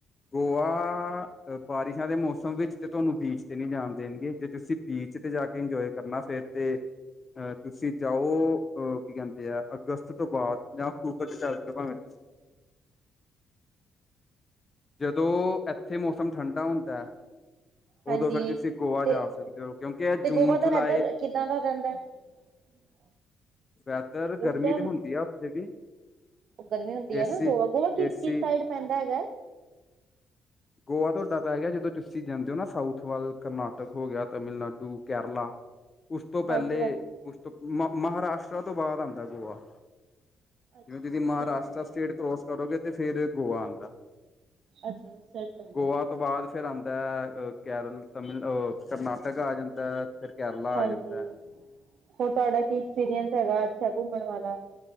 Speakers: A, on the left; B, on the right.
A: ਗੋਆ, ਬਾਰਿਸ਼ਾਂ ਦੇ ਮੌਸਮ ਵਿੱਚ ਤੇ ਤੁਆਨੂੰ ਬੀਚ ਤੇ ਨਈਂ ਜਾਣ ਦੇਣਗੇ ਜੇ ਤੁਸੀਂ ਬੀਚ ਵਿੱਚ ਤੇ ਜਾ ਕੇ ਇੰਜੋਏ ਕਰਨਾ ਫੇਰ ਤੇ ਅ ਤੁਸੀਂ ਜਾਓ ਅ ਕੀ ਕੈਂਦੇ ਆ ਅਗਸਤ ਤੋਂ ਬਾਅਦ ਜਾਂ ਅਕਤੂਬਰ ਦੇ ਚੱਲ ਜੋ ਭਾਵੇਂ। ਜਦੋਂ ਇੱਥੇ ਮੌਸਮ ਠੰਡਾ ਹੁੰਦਾ ਐ।
B: ਹਾਂਜੀ
A: ਉਦੋਂ ਫਿਰ ਤੁਸੀਂ ਗੋਆ
B: ਤੇ
A: ਜਾ ਸਕਦੇ ਹੋ ਕਿਉਂਕਿ ਏ
B: ਤੇ
A: ਜੂਨ
B: ਗੋਆ ਦਾ
A: ਜੁਲਾਈ
B: ਵੈਦਰ ਕਿੱਦਾਂ ਦਾ <inaudible>
A: ਵੈਦਰ ਗਰਮੀ
B: ਉਸ ਟਾਈਮ
A: ਤੇ ਹੁੰਦੀ ਆ ਉੱਥੇ ਵੀ
B: ਗਰਮੀ ਹੁੰਦੀ ਐ
A: ਏਸੀ
B: ਨਾ ਗੋਆ ਗੋਆ ਕਿਸ?
A: ਏਸੀ
B: ਕਿਸ ਸਾਈਡ ਪੈਂਦਾ ਹੈਗਾ।
A: ਗੋਆ ਤੁਆਡਾ ਪੈ ਗਿਆ ਜਦੋਂ ਤੁਸੀਂ ਜਾਂਦੇ ਓ ਨਾ ਸਾਊਥ ਵੱਲ, ਕਰਨਾਟਕ ਹੋ ਗਿਆ, ਤਾਮਿਲਨਾਡੂ, ਕੇਰਲਾ ਉਸ ਤੋਂ
B: ਹਾਂਜੀ
A: ਪੈਲੇ
B: ਹਾਂਜੀ
A: ਉਸ ਤੋਂ ਮਹਾ ਮਹਾਰਾਸ਼ਟ <unintelligible> ਤੋਂ ਬਾਅਦ ਆਂਦਾ ਗੋਆ।
B: ਅੱਛਾ
A: ਜਿਵੇਂ ਦੀ
B: ਉਸ
A: ਮਹਾਰਾਸ਼
B: ਸਾਈਡ ਪੈਂਦਾ
A: ਸਟੇਟ
B: ਹੈਗਾ
A: ਕਰੋਸ ਕਰੋਗੇ ਤੇ ਫੇਰ ਗੋਆ ਆਦਾ।
B: ਅੱਛਾ, ਸਾਈਡ ਪੈਂਦਾ
A: ਗੋਆ
B: ਹੈਗਾ
A: ਤੋਂ ਬਾਅਦ ਫਿਰ ਆਦਾ ਅ ਕੇਰਲ ਤਮਿਲਹ ਕਰਨਾਟਕ ਆ ਜਾਂਦਾ। ਫਿਰ ਕੇਰਲਾ
B: ਹਾਂਜੀ
A: ਆ ਜਾਂਦਾ
B: ਹੋਰ ਤੁਹਾਡਾ ਕੀ ਐਕਸਪੀਰੀਅੰਸ ਹੈਗਾ ਅੱਛਾ ਘੁੰਮਣ ਵਾਲਾ,